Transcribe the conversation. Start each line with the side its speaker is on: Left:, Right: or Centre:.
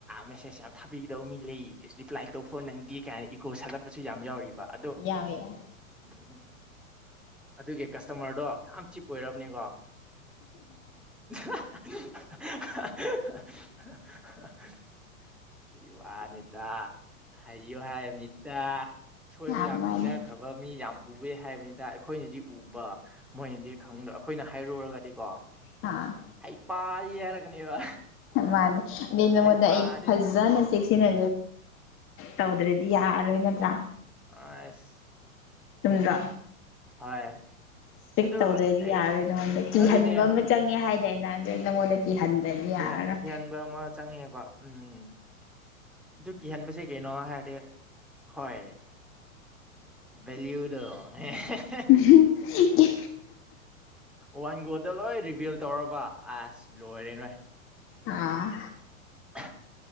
Centre: ꯃꯦꯁꯦꯖ ꯌꯥꯝ ꯊꯥꯕꯤꯈꯤ ꯇꯧꯕ ꯃꯤ ꯂꯩ ꯑꯁ ꯔꯤꯄ꯭ꯂꯥꯏ ꯇꯣꯛꯈꯣ ꯅꯪꯒꯤ ꯀꯥꯏꯅ ꯏꯒꯣ ꯁꯥꯒꯠꯄꯁꯨ ꯌꯥꯝ ꯌꯥꯎꯔꯤꯕ ꯑꯗꯣ
Left: ꯌꯥꯏꯑꯦ
Centre: <unintelligible> ꯑꯗꯨꯒꯤ ꯀꯁꯇꯃꯔꯗꯣ ꯌꯥꯝ ꯆꯤꯞ ꯑꯣꯏꯔꯕꯅꯤꯀꯣ <unintelligible> ꯨꯗꯨꯏ ꯋꯥꯅꯤꯗ ꯍꯩꯌꯨ ꯍꯥꯏꯕꯅꯤꯗ ꯁꯣꯏꯕ
Left: ꯑꯥ
Centre: ꯌꯥꯝ
Left: ꯃꯥꯅꯤ
Centre: ꯊꯦꯡꯅꯈ꯭ꯔꯕ ꯃꯤ ꯌꯥꯝ ꯎꯋꯦ ꯍꯥꯏꯕꯅꯤꯗ ꯑꯩꯈꯣꯏꯅꯗꯤ ꯎꯕ ꯃꯣꯏꯅꯗꯤ ꯈꯪꯗꯕ ꯑꯩꯈꯣꯏꯅ ꯍꯥꯏꯔꯨꯔꯒꯗꯤ ꯀꯣ
Left: ꯍꯥꯥ
Centre: ꯍꯩꯄꯥꯗꯤ ꯍꯥꯏꯔꯛꯀꯅꯦꯕ
Left: ꯃꯥꯅꯤ ꯑꯗꯨꯗꯤ ꯅꯉꯣꯟꯗ
Centre: ꯍꯩꯄꯥꯅꯤ
Left: ꯑꯩꯅ ꯐꯖꯅ ꯆꯦꯛꯁꯤꯟꯅ ꯇꯧꯗ꯭ꯔꯗꯤ ꯌꯥꯔꯔꯣꯏ ꯅꯠꯇ꯭ꯔꯥ
Centre: ꯑꯁ
Left: ꯆꯨꯝꯗ꯭ꯔꯣ
Centre: ꯍꯣꯏ꯫
Left: ꯏꯁꯤꯛ
Centre: ꯑꯗꯨ
Left: ꯇꯧꯗ꯭ꯔꯗꯤ
Centre: ꯑꯩ
Left: ꯌꯥꯔꯣꯏ ꯅꯉꯣꯟꯗ ꯀꯤꯍꯟꯕ
Centre: ꯑꯗꯨꯅꯦ
Left: ꯑꯃ ꯆꯪꯉꯦ ꯍꯥꯏꯗꯅ ꯅꯪꯉꯣꯟꯗ ꯀꯤꯍꯟꯗ꯭ꯔꯗꯤ ꯌꯥꯔꯔꯣꯏ
Centre: ꯀꯤꯍꯟ ꯀꯤꯍꯟꯕ ꯑꯃꯥ ꯆꯪꯉꯦꯕ ꯎꯝ ꯑꯗꯨ ꯀꯤꯍꯟꯕꯁꯦ ꯀꯩꯅꯣ ꯍꯥꯏꯔꯗꯤ ꯍꯣꯏ ꯅꯩꯔꯛꯑꯣꯏꯗꯔꯣ
Left: ꯎꯝꯍꯨꯝ <unintelligible>
Centre: ꯋꯥꯟ ꯒꯣꯗ ꯂꯣꯏ ꯔꯤꯚꯤꯜ ꯇꯧꯔꯕ ꯑꯁ ꯂꯣꯏꯔꯦ ꯅꯣꯏ
Left: ꯑꯥ
Centre: ꯍꯥ